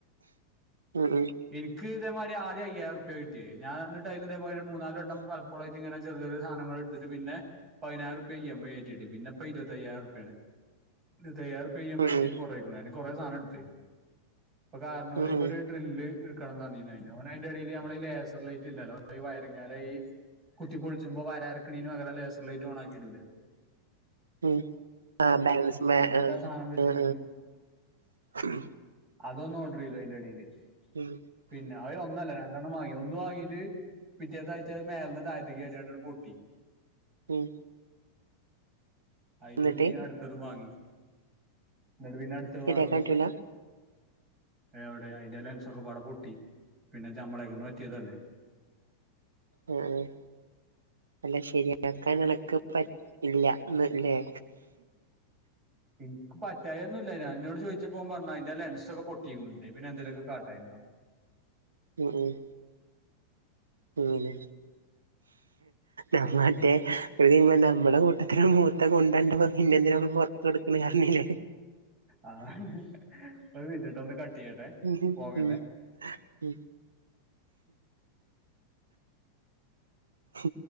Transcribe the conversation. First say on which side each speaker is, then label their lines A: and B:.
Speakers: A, on the right; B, on the right.
A: ഉം ഉം
B: ഇനിക്ക് ഇതേമാരി ആദ്യം അയ്യായ്റുപ്പ്യേ കിട്ട്യെ ഞാൻ ഇന്നിട്ട് അയില് ഇതേമാരി ഒര് മൂന്നാലട്ടം പലപ്പോളയ് ഇങ്ങനെ ചെറിയ ചെറിയ സാധങ്ങൾ ഇട്ടിട്ട് പിന്നെ പൈനായ്റുപ്പ്യ ഈ എം ഐറ്റിട്ട് പിന്നെപ്പൊ ഇര്വത്തയ്യായ്റുപ്പ്യയാണ് ഇരുപത്തയ്യാറു ഇ എം
A: ഉം ഉം
B: ഐ ഇട്ടിട്ട് കൊറേക്ക്ണു ഞാന് കൊറേ സാനട്ത്ത് ഇപ്പൊ കാർണോല്
A: ഉം
B: ഇപ്പൊരു
A: ഉം
B: ഡ്രില്ല് എട്ക്കണംന്നർന്നീന് അയ്ന് ഓന് അയ്ന്റെടീല് നമ്മളേ ഈ ലേസർ ലൈറ്റ് ഇണ്ടല്ലോ ഈ വയറിങ്ങാരെ ഈ കുത്തി പെൾച്ചുമ്പൊ വരാര്ക്കിണീന് പകരം ലെസർ ലേറ്റ് ഓണാക്കിടൂലേ
A: ഉം ആഹ് ബാലൻസിമ്മെ
B: അങ്ങനത്തെ
A: ഉം
B: ആ സാധനം വെച്ചുകൊണ്ട്
A: ഉം ഉം
B: അതൊന്നൊഡ്രേയ്തു അയ്ന്റെടീല്
A: ഉം
B: പിന്നെ അ ഒന്നല്ല രണ്ടെണ്ണം വാങ്ങി ഒന്ന് വാങ്ങീത് പിറ്റേത്തായ്ച്ച അ മേലെന്ന് തായ്ത്തിക്കാട്യാണ്ടണ് പൊട്ടി
A: ഉം
B: അതില്
A: എന്നിട്ട്
B: പിന്നെ അടുത്തതും വാങ്ങി എന്നിട്ട് പിന്നെ അട് ത്തത്
A: ശരിയാക്കാൻ
B: വാങ്ങി
A: പറ്റൂല
B: എവ്ടെ അയ്ന്റെ ലെൻസൊക്കപ്പാടെ പൊട്ടി പിന്നെ ചമ്മളൊക്കെന്ന് പറ്റ്യേതല്ലേ
A: ഉം ഉം അല്ല ശരിയാക്കാൻ ഉള്ളക്കെ പറ്റില്ലല്ലേ
B: ഉം പറ്റായൊന്നുല്ല ഞാ ഇന്നോട് ചോയ്ച്ചപ്പോൻ പർഞ്ഞ് അയ്ന്റെ ലെൻസൊക്കെ പൊട്ടീണു ഇല്ലെങ്കി പിന്നെ എന്തേലൊക്കെ കാട്ടായ്ന്നർഞ്
A: ഉം ഉം അങ്ങനെ ഉം മറ്റേ എടി ഒരു നമ്മുടെ കൂട്ടത്തിരു മുത്ത കൊണ്ടൻ്റെ പിന്നെ എന്തിനമ്മള് പുറത്ത് കൊടുക്കണ കാരണില്ലേ
B: അതാണ് ഒരു മിനിറ്റ് ട്ടോ ഒന്ന് കട്ട് ചെയ്യട്ടെ
A: ഉം
B: പോകല്ലേ
A: ഉം ഉം ഉം